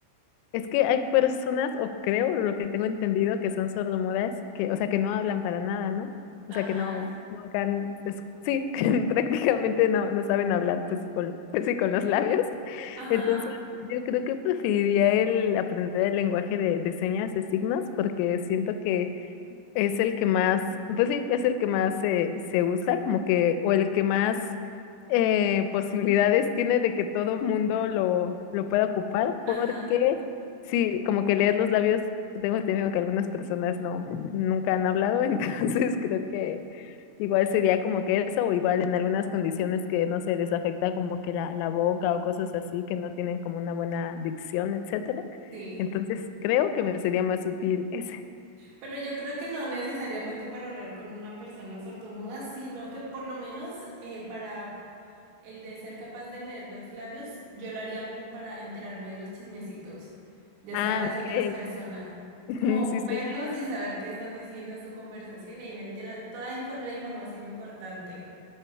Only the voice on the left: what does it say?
Es que hay personas, o creo, lo que tengo entendido, que son sordomudas, que, o sea, que no hablan para nada, ¿no?
O sea, que no, nunca han, es- sí, <laughs> que prácticamente no, no saben hablar, pues, con, pues sí, con los labios. <laughs>
Entonces, yo creo que preferiría el aprender el lenguaje de, de señas, de signos, porque siento que es el que más, pues sí, es el que más se, se usa, como que, o el que más eh, posibilidades tiene de que todo mundo lo, lo pueda ocupar, porque
sí, como que leer los labios, tengo entendido que algunas personas no, nunca han hablado, <laughs> entonces creo que igual sería como que eso, o igual en algunas condiciones que no se les afecta como que la, la boca o cosas así, que no tienen como una buena dicción, etcétera.
Entonces creo que me sería más útil ese.
Ah,
ok.
<laughs>
Mm, Sí, sí,